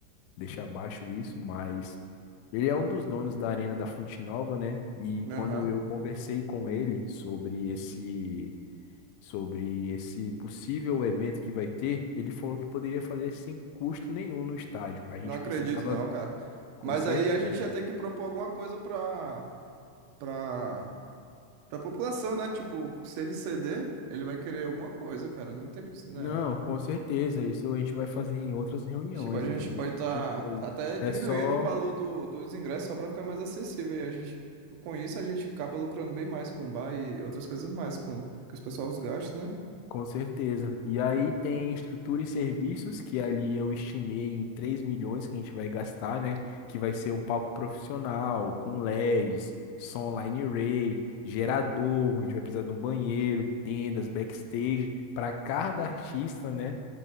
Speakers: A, on the left; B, on the right.
A: deixa abaixo isso, mas ele é um dos donos da Arena da Fonte Nova, né? E quando
B: Aham.
A: eu conversei com ele sobre esse sobre esse possível evento que vai ter, ele falou que poderia fazer sem custo nenhum no estádio. A gente
B: Não acredito,
A: precisava,
B: não, cara.
A: com
B: Mas
A: certeza.
B: aí a gente ia ter que propor alguma coisa pra pra, pra população, né? Tipo, se ele ceder, ele vai querer alguma coisa, cara. Não tem, poss- né?
A: Não, com certeza. Isso a gente vai fazer em outras reuniões,
B: Tipo, a gente
A: entendeu?
B: pode
A: Em
B: estar
A: outras coisas.
B: até
A: É
B: diminuindo
A: só
B: o valor do, dos ingressos só pra ficar mais acessível. E a gente, com isso, a gente acaba lucrando bem mais com o bar e outras coisas mais com que os pessoal os gastos né?
A: Com certeza. E aí tem estrutura e serviços, que ali eu estimei em 3 milhões que a gente vai gastar, né? Que vai ser um palco profissional, com LEDs, som line array, gerador, a gente vai precisar de um banheiro, tendas, backstage. Para cada artista, né?